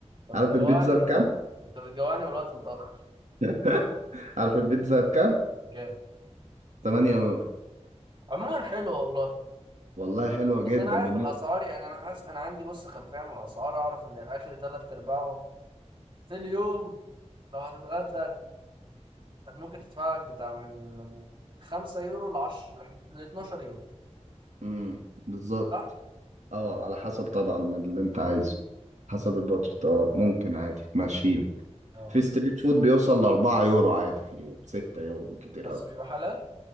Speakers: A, on the right (about 45°); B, on the right (about 80°).
A: طب
B: عارف
A: بتجوعني
B: البيتزا بكام؟
A: انت بتجوعني والوقت متاخر
B: <laughs> عارف البيتزا بكام؟
A: بكام
B: 8 يورو
A: عموما حلو والله
B: والله حلوة جدا
A: بس انا عارف
B: بالنسبة
A: الاسعار يعني انا حاسس انا عندي بص خلفيه عن الاسعار اعرف ان الاكل تلات ارباعه في اليوم لو هتتغدى هت- ممكن تدفع لك بتاع من 5 يورو ل 10 ل 12 يورو
B: <laughs> امم بالظبط
A: صح؟
B: اه على حسب طبعا اللي انت عايزه حسب البادجت اه ممكن عادي تمشيله
A: اه
B: في ستريت فود بيوصل ل 4 يورو عادي في اليوم 6 يورو كتير
A: بس
B: قوي
A: بيبقى حلال؟